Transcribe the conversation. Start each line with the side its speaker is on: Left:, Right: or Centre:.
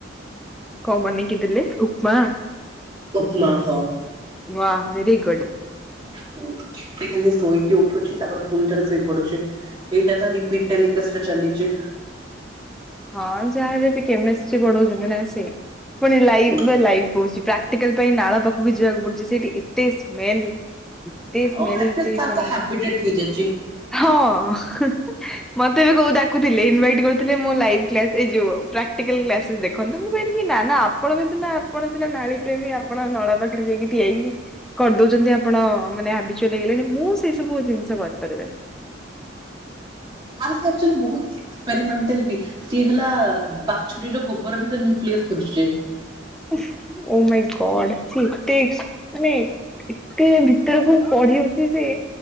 Centre: କଁ ବନେଇକି ଦେଲେ ଉପମା।
Right: ଉପମା ହଁ।
Centre: ୱା ଭେରି ଗୁଡ୍।
Right: <unintelligible> ସେ ଖାଲି ଶୋଇକି ଉଠୁଚି ତାପରେ ପୁଣି ଥରେ ଶୋଇପଡୁଚି ଏଇଟା ତା ରିପିଟ୍ ଟେଲିକାଷ୍ଟରେ ଚାଲିଚି।
Centre: ହଁ ଯାହା ବି ବି କେମେଷ୍ଟ୍ରୀ ପଢଉଚନ୍ତି ନା ସିଏ ପୁଣି ଲାଇଭ
Right: ହୁଁ
Centre: ବେ ଲାଇଭ କଉଚି ପ୍ରା ଟିକିଲ୍ ପାଇଁ ନାଳ ପାଖୁକୁ ଯିବାକୁ ପଡୁଚି ସେଇଠି ଏତେ ସ୍ମେଲ୍। ଏତେ
Right: ଆଉ
Centre: ସ୍ମେଲ
Right: ଆଟଲିଷ୍ଟ
Centre: ସେ
Right: ତାର
Centre: ପୁଣିି
Right: ତ ହାବିଟେଟ
Centre: ଉଁ
Right: ହେଇଯାଇଛି।
Centre: ହଁ ହିଁ ହିଁ ମତେ ବି କୋଉ ଡାକୁଥିଲେ ଇନଭାଇଟ୍ କରୁଥିଲେ ମୋ ଲାଇଭ କ୍ଲାସ୍ ଏଇ ଯୋଉ ପ୍ରାକ୍ଟିକାଲ କ୍ଲାସେସ୍ ଦେଖନ୍ତୁ ମୁଁ କହିଲି କି ନା ନା ଆପଣ ବି ସିନା ଆପଣ ସିନା ନାଳି ପସେବି ଆପଣ ନଳା ପାଖେରେ ଯାଇକି ଠିଆ ହେଇକି କରିଦଉଚନ୍ତି ଆପଣ ମାନେ ହାବିଚୁଆଲ୍ ହେଇଗଲେଣି ମୁଁ ସେଇ ସବୁ ଜିନିଷ କରିପାରିବିନି।
Right: କଁ ସେ ଆକ୍ଚୁଆଲ ବୋହୁତ ଇଏ ଏକ୍ସପାରିମେଣ୍ଟାଲ ବି ସିଏ ହେଲା ବାଛୁରୀର ଗୋବର ଭିତରେ ନ୍ୟୁକ୍ଲିୟସ୍ ଖୋଜୁଚି।
Centre: ଉଫ୍ ଓ ମାଇଁ ଗଡ୍ ସିଏ ଏତେ ଏକ୍ସ ମାନେ ଏତେ ଭିତରକୁ ପଡିହେଉଚି ଯେ